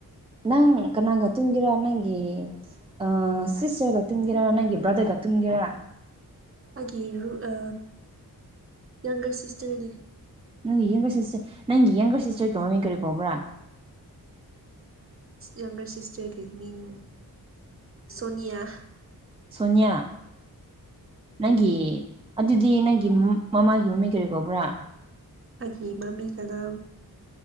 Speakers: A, on the right; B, on the right.
A: ꯅꯪ ꯀꯅꯥꯒ ꯇꯨꯝꯒꯦꯔ ꯅꯪꯒꯤ ꯑ ꯁꯤꯁꯇꯔꯒ ꯇꯨꯝꯒꯦꯔꯥ ꯅꯪꯒꯤ ꯕ꯭ꯔꯗꯔꯒ ꯇꯨꯝꯒꯦꯔꯥ
B: ꯑꯩꯒꯤ ꯔꯨꯠ ꯑ ꯅꯪꯒ ꯁꯤꯁꯇꯔꯅꯦ꯫
A: ꯅꯪꯒꯤ ꯌꯦꯡꯒꯔ ꯁꯤꯁꯇꯔ ꯅꯪꯒꯤ ꯌꯡꯒꯔ ꯁꯤꯁꯇꯔꯀ ꯃꯃꯤꯡ ꯀꯔꯤꯀꯣꯕ꯭ꯔꯥ
B: ꯌꯪꯒꯔ ꯁꯤꯁꯇꯔꯒꯤ ꯃꯤꯡ ꯁꯣꯅꯤꯌꯥ
A: ꯁꯨꯟꯅꯌꯥ ꯅꯪꯒꯤ ꯑꯗꯨꯗꯤ ꯅꯪꯒꯤ ꯃꯃꯥꯒꯤ ꯃꯃꯤ ꯀꯔꯤ ꯀꯧꯕ꯭ꯔꯥ
B: ꯑꯩꯒꯤ ꯃꯃꯤ ꯀꯗꯥ